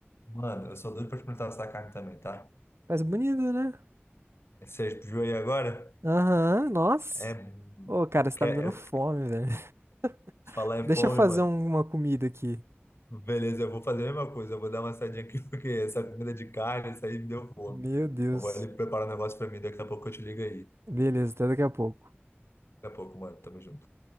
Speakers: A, on the left; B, on the right.
A: mano, eu sou doido pra experimentar essa carne também, tá?
B: Mas bonito, né?
A: Você viu aí agora?
B: Aham, nossa.
A: É...
B: Ô, cara,
A: Eu
B: você
A: quero,
B: tá me dando fome,
A: eu-
B: velho. <laughs>
A: falar em
B: Deixa
A: fome,
B: eu fazer
A: mano.
B: um- uma comida aqui.
A: Beleza, eu vou fazer a mesma coisa. Eu vou dar uma saidinha aqui, <laughs> porque essa comida de carne, isso aí me deu fome.
B: Meu Deus.
A: Eu vou ali preparar um negócio pra mim. Daqui a pouco eu te ligo aí.
B: Beleza, até daqui a pouco.
A: Daqui a pouco, mano. Tamo junto.